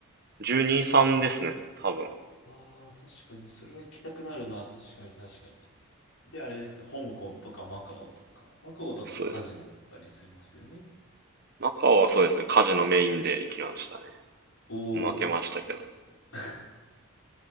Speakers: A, on the right (about 45°); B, on the left (about 80°).
A: 12、3ですね。多分。
B: ああ、確かに、それは行きたくなるな、確かに、確かに。で、あれですか、香港とかマカオとか、マカオとかとカジノだったりしますよね。
A: そうです。マカオはそうですね、カジノメインで行きましたね。
B: おお、
A: 負けましたけど。
B: <laughs>